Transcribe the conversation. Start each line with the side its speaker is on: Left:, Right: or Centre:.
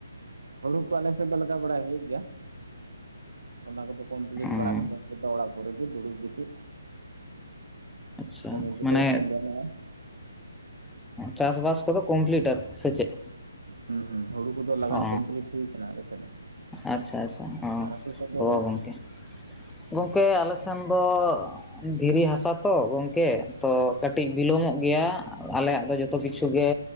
Right: ᱦᱩᱲᱩ ᱠᱚ ᱟᱞᱮ ᱥᱮᱫ ᱫᱚ ᱞᱟᱜᱟᱣ ᱵᱟᱲᱟᱭ ᱦᱩᱭᱩᱜ ᱜᱮᱭᱟ ᱚᱱᱟ ᱠᱚᱫᱚ ᱠᱚᱢᱯᱞᱤᱴ
Centre: ᱚᱸ
Right: ᱵᱟᱲᱟ ᱠᱟᱛᱮ ᱫᱚ ᱚᱲᱟᱜ ᱠᱚᱨᱮ ᱜᱮ ᱫᱩᱲᱩᱵ ᱜᱤᱛᱤᱡ
Centre: ᱟᱪᱪᱷᱟ
Right: ᱠᱟᱢᱤ ᱠᱚ
Centre: ᱢᱟᱱᱮ
Right: ᱫᱚ ᱩᱱᱟᱹᱜ ᱵᱟᱱᱩᱜᱼᱟ
Centre: ᱪᱟᱥ ᱵᱟᱥ ᱠᱚ ᱠᱚᱢᱯᱞᱤᱴ ᱟᱨ ᱥᱮ ᱪᱮᱫ
Right: ᱦᱩᱸ ᱦᱩᱸ ᱦᱩᱲᱩ ᱠᱚᱫᱚ ᱞᱟᱜᱟᱱ
Centre: ᱚ
Right: ᱠᱚᱢᱯᱞᱤᱴ ᱦᱩᱭ ᱠᱟᱱᱟ ᱟᱞᱮ ᱥᱮᱫ ᱫᱚ
Centre: ᱟᱪᱪᱷᱟ ᱟᱪᱪᱷᱟ ᱦᱚᱸ
Right: ᱟᱨ ᱟᱯᱮ ᱥᱮᱫ ᱫᱚ
Centre: ᱦᱚ ᱜᱚᱝᱠᱮ ᱜᱚᱝᱠᱮ ᱟᱞᱮ ᱥᱮᱱ ᱫᱚ ᱫᱷᱤᱨᱤ ᱦᱟᱥᱟ ᱛᱚ ᱜᱚᱢᱠᱮ ᱛᱚ ᱠᱟᱹᱴᱤᱡ ᱵᱤᱞᱚᱢᱚᱜ ᱜᱮᱭᱟ ᱟᱞᱮᱭᱟᱜ ᱫᱚ ᱡᱚᱛᱚ ᱠᱤᱪᱷᱩ ᱜᱮ